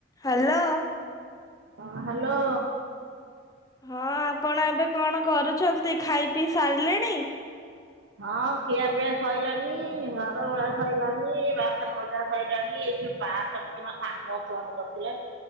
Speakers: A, on the left; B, on the right.
A: ହ୍ୟାଲୋ।
B: ହଁ ହ୍ୟାଲୋ।
A: ହଁ ଆପଣ ଏବେ କଣ କରୁଛନ୍ତି ଖାଇ ପିଇ ସାରିଲେଣି?
B: ହଁ ଖିଆ ପିଆ ସଇଲାଣି ଘର ଓଳା ସଇଲାଣି ବାସନ ମଜା ସଇଲାଣି ଏଇଠି ପାର୍କଟିକି ମୋ ସାଙ୍ଗ ଫୋନ କରିଥିଲେ